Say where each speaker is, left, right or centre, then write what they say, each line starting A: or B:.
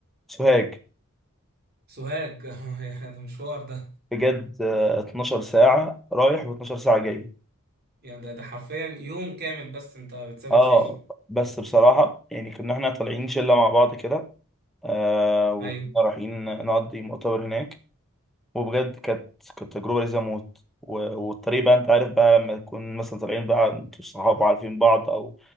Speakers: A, in the centre; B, on the right.
A: سوهاج
B: سوهاج <laughs> ده مشوار ده
A: بجد آه 12 ساعة رايح و12 ساعة جاي
B: يعني ده, ده حرفيا يوم كامل بس انت بتسافر
A: اه
B: فيه
A: بس بصراحة يعني كنا احنا طالعين شلة مع بعض كده آه وكنا
B: <laughs> ايوه
A: رايحين نقضي مؤتمر هناك وبجد كانت كانت تجربة لذيذة موت و- والطريق بقى انت عارف بقى لما تكون مثلا طالعين بقى انتوا الصحاب عارفين بعض او